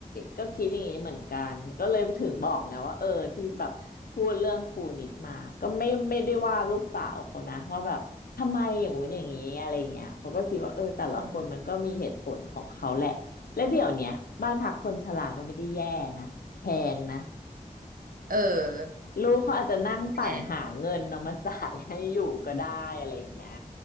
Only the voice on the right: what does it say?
เออเออ
แต่